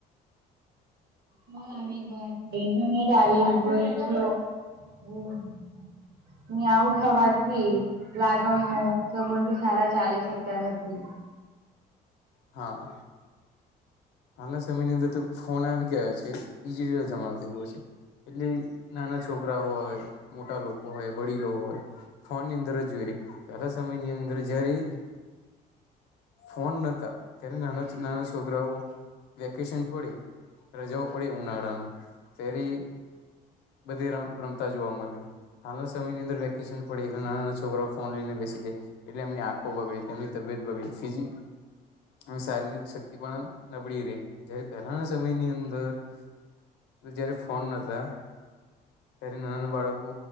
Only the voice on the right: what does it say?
કોન આવી ગયા <unintelligible> આવી ગય હમ્મ ને આવું થવાથી લાગણીઓ સબંધો સારા ચાલી શક્તા નથી